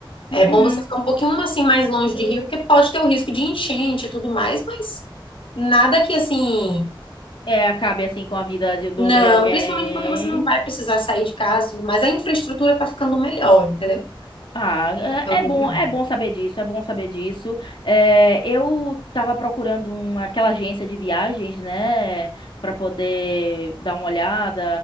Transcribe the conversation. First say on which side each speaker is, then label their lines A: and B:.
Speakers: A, on the left; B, on the left.
A: É
B: uhum.
A: bom você ficar um pouquinho um, assim mais longe de Rio, porque pode ter o risco de enchente e tudo mais, mas nada que assim
B: É, acabe assim com a vida de, do-
A: Não,
B: de alguém.
A: principalmente porque você não vai precisar sair de casa, e tudo mais a infraestrutura tá ficando melhor, entendeu?
B: Ah,
A: Tá ficando
B: é
A: melhor.
B: é bom, é bom saber disso, é bom saber disso. É, eu tava procurando uma, aquela agência de viagens, né, para poder dar uma olhada